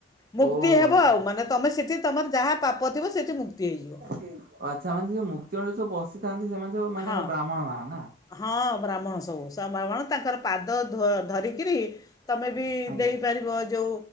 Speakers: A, on the left; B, on the right.
A: ମୁକ୍ତି
B: ଓହୋ
A: ହେବ
B: ହୋ
A: ଆଉ
B: ହୋ।
A: ମାନେ ତମେ ସେଠି ତମର ଯାହା ପାପ ଥିବ, ସେଠି ମୁକ୍ତି ହେଇଯିବ।
B: <inaudible> ଆଚ୍ଛା ମାନେ ସେ ଯୋଉ ମୁକ୍ତିମଣ୍ଡପରେ ଯୋଉ ବସିଥାନ୍ତି, ସେମାନେ ସବୁ ମାନେ
A: ହଁ
B: କଣ ବ୍ରାହ୍ମଣ ମାନେ ନା?
A: ହଁ ବ୍ରାହ୍ମଣ ସବୁ ସବ୍ ବ୍ରାହ୍ମଣ ତାଙ୍କର ପାଦ ଧ ଧରିକିରି ତମେ ବି
B: ଆଜ୍ଞା।
A: ଦେଇପାରିବ ଯେଉ